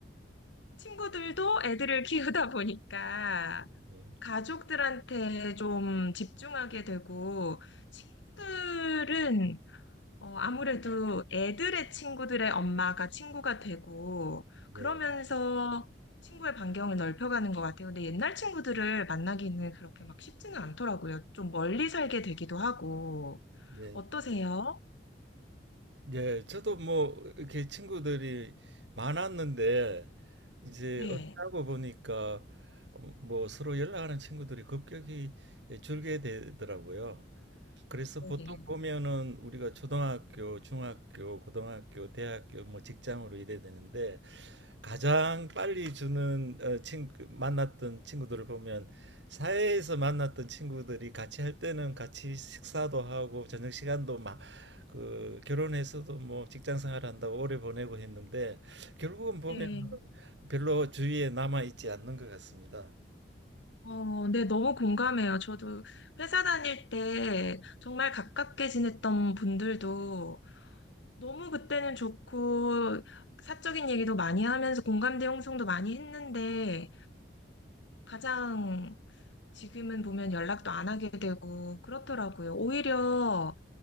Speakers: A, on the left; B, on the right.
A: 친구들도 애들을 <laughs> 키우다 보니까,
B: 예,
A: 가족들한테 좀 집중하게 되고, 친구들은 어, 아무래도 애들의 친구들의 엄마가 친구가 되고, 그러면서
B: 예,
A: 친구의 반경을 넓혀가는 것 같아요. 근데 옛날 친구들을 만나기는 그렇게 막 쉽지는 않더라고요. 좀 멀리 살게 되기도 하고.
B: 예,
A: 어떠세요?
B: 예. 저도 뭐 이렇게 친구들이 많았는데 이제
A: 네.
B: 어쩌고 보니까 뭐 서로 연락하는 친구들이 급격히 줄게 되더라고요. 그래서
A: 네.
B: 보통
A: 네.
B: 보면은 우리가 초등학교, 중학교, 고등학교, 대학교, 뭐 직장으로 이래야 되는데 가장 빨리 주는 어, 친구 만났던 친구들을 보면 사회에서 만났던 친구들이 같이 할 때는 같이 식사도 하고 저녁 시간도 막 그 결혼해서도 뭐 직장 생활한다고 오래 보내고 했는데 결국은 보면
A: 네.
B: 별로 주위에 남아 있지 않는 것 같습니다.
A: 어, 네, 너무 공감해요. 저도 회사 다닐 때 정말 가깝게 지냈던 분들도 너무 그때는 좋고, 사적인 얘기도 많이 하면서 공감대 형성도 많이 했는데, 가장 지금은 보면 연락도 안 하게 되고 그렇더라고요. 오히려